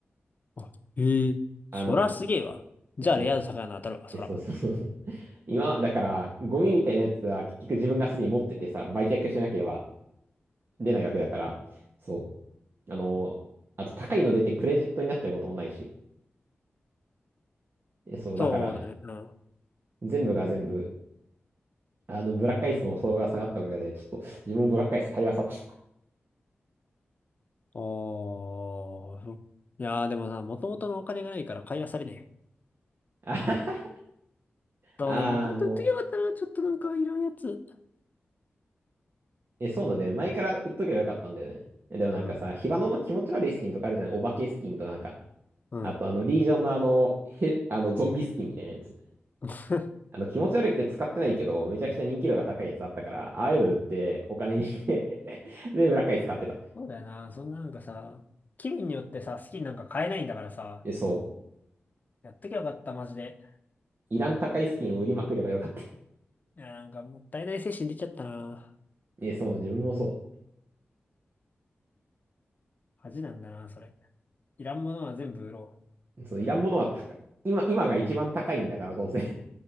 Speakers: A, on the left; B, on the right.
A: あ、へえ。
B: あの、
A: そらすげえわ。じゃあ、
B: え、そう、
A: レア度高いの当たるわ、そら。
B: え、そうそうそうそう。<laughs> 今、だから、ゴミみたいなやつは結局自分がすでに持っててさ、売却しなければ出ないわけだから、そう。あの、あと高いの出てクレジットになっちゃうこともないし、えそう、
A: そうだね。
B: だからね、
A: うん。
B: 全部が全部、あの、ブラックアイスの相場が下がったおかげで、ちょっと自分もブラックアイス買い漁っちゃった。
A: おあ、そいやー、でもさ、もともとのお金がないから買い漁れねえ。
B: <laughs>
A: そうだよ、
B: あ、
A: もともと言っときゃよかったな。
B: の、
A: ちょっとなんかいらんやつ。
B: え、そうなんだよね前から売っとけばよかったんだよね。えでもなんかさ、
A: うん。
B: ヒバノの気持ち悪いスキンとかあるじゃん。お化けスキンとかなんか。
A: うん。
B: あとあの、リージョンのあの、へ、あの、ゾンビスキンみたいなやつ。
A: <laughs>
B: あの、気持ち悪くて使ってないけど、めちゃくちゃ人気度が高いやつあったから、ああいうの売ってお金にして <laughs> で、ブラックアイス買ってた。
A: そうだよな。そんななんかさ、気分によってさ、好きになんか買えないんだからさ、
B: え、そう。
A: やっときゃよかった、マジで。
B: いらん高いスキンを売りまくればよかった。
A: いや、なんかもったいない精神出ちゃったな。
B: <laughs> え、そう、自分もそ
A: 恥なんだな、それ。いらんものは全部売ろう。
B: う。そう、いらんものは高い。今、今が一番高いんだから、どうせ。<laughs>